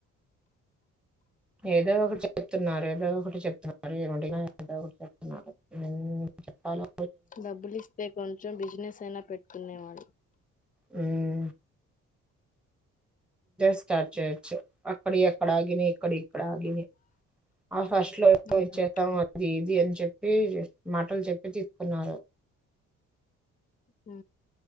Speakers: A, in the centre; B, on the left.
A: ఏదో ఒకటి చెప్తున్నారు ఏదో ఒకటి చెప్తున్నారు ఏ ఏదో ఒకటి చెప్తున్నారు మ్ చెప్పలో
B: డబ్బులు ఇస్తే కొంచెం బిజినెస్ అయినా పెట్ తిన్నే మాది
A: మ్ స్టార్ట్ చేయిచ్చు అక్కడి అక్కడగిన ఇక్కడి అక్కడ ఆగి ఆ ఫస్ట్ లో
B: హ్మ్.
A: చేస్తాం అది ఇది అని చెప్ ప మాటలు చెప్పి తీసుకున్నారు
B: హ